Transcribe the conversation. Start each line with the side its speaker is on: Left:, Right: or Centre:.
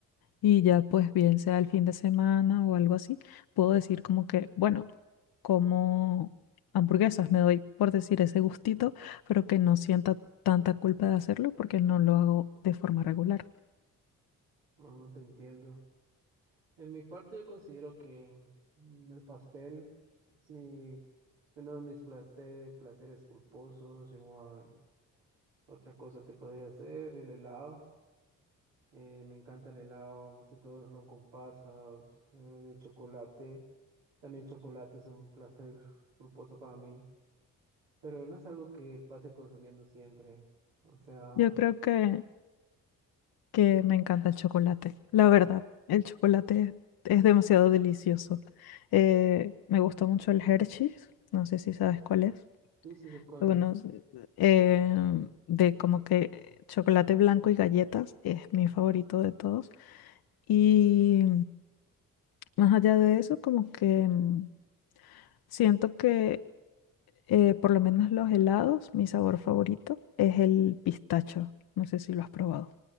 Left: y ya pues bien sea el fin de semana o algo así, puedo decir como que, bueno, como hamburguesas, me doy por decir ese gustito, pero que no sienta tanta culpa de hacerlo porque no lo hago de forma regular.
Right: No, no te entiendo. En mi parte yo considero que mm, el pastel es mi, uno de mis placer- placeres culposos, igual. ¿qué Otra cosa te podría hacer, el helado. Eh, me encanta el helado, más que todo el ron con pasas, eh, el chocolate. También chocolate es un placer culposo para mí, pero no es algo que pase consumiendo siempre. O sea,
Left: Yo creo que, que me encanta el chocolate. La verdad, el chocolate es demasiado delicioso. Eh, me gusta mucho el Hershey's, no sé si sabes cuál es.
Right: sí, sí sé cuál
Left: Bueno,
Right: es.
Left: eh, de como que chocolate blanco y galletas es mi favorito de todos. Y más allá de eso, como que mm, siento que eh, por lo menos los helados, mi sabor favorito es el pistacho. No sé si lo has probado.